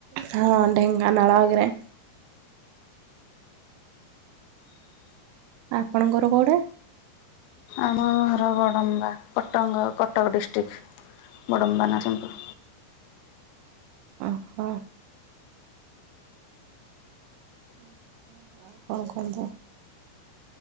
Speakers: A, on the right; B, on the left.
A: ହଁ ଅ ଢେଙ୍ଗାନାଳ ଆଗରେ। ଆପଣଙ୍କର କୋଉଠେ?
B: ଆମ ଘର ବଡ଼ମ୍ବା କଟଙ୍ଗ କଟକ ଡିଷ୍ଟିକ ବଡ଼ମ୍ବା ନରସିଂହପୁର।
A: ଅ ହ। ଆଉ କଣ କୁହନ୍ତୁ?